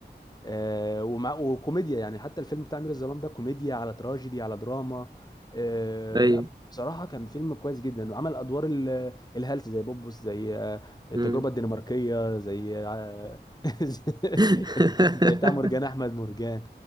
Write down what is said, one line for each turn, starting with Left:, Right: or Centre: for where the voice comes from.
Left: آه، ومع وكوميديا يعني حتى الفيلم بتاع أمير الظلام ده كوميديا على تراجيدي على دراما آه،
Right: ايوه
Left: لا بصراحة كان فيلم كويس جدا وعمل أدوار ال- الهلس زي بوبوس زي آه، التجربة
Right: امم
Left: الدنماركية زي آه، <laughs>
Right: <laughs>
Left: زي بتاع مرجان أحمد مرجان